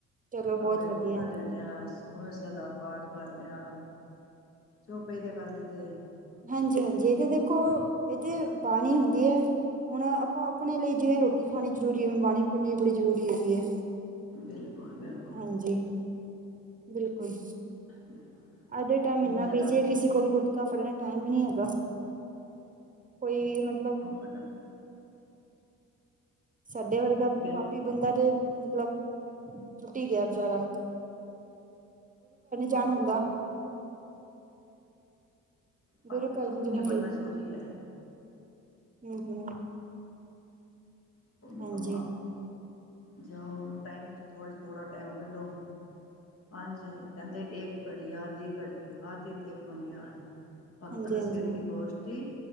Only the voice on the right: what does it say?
ਚਲੋ
ਬਹੁਤ
ਵਧੀਆ
ਹਾਂਜੀ- ਹਾਂਜੀ ਇਹ ਤੇ ਦੇਖੋ ਇਹ ਤੇ ਬਾਣੀ ਹੁੰਦੀ ਹੈ। ਹੁਣ ਆਪਾਂ ਆਪਣੇ ਲਈ ਜਿਵੇਂ ਰੋਟੀ ਖਾਣੀ ਜ਼ਰੂਰੀ। ਹੈਵੇ ਬਾਣੀ ਪੜਨੀ ਬੜੀ ਜ਼ਰੂਰੀ ਹੈਗੀ ਹੈ।
ਹਾਂਜੀ, ਬਿਲਕੁਲ।
ਅਜ ਦਾ ਟਾਈਮ ਇੰਨਾ
ਬਿਜੀ, ਕਿਸੇ ਕੋਲ ਗੁਟਕਾ ਫੜਨ ਟਾਈਮ ਹੀ ਨਹੀਂ ਹੈਗਾ। ਕੋਈ ਮਤਲਬ,
ਸਾਡੇ ਵਰਗਾ
ਪਾਪੀ ਬੰਦਾ ਤੇ ਮਤਲਬ, ਟੁਟ ਹੀ ਗਿਆ ਵਿਚਾਰਾ।
ਜਾਣ ਹੁੰਦਾ
ਗੁਰੂ ਘਰ
ਜਿਹਨੂੰ
ਹੂੰ-ਹੂੰ।
ਹਾਂਜੀ
ਹਾਂਜੀ
ਹਾਂਜੀ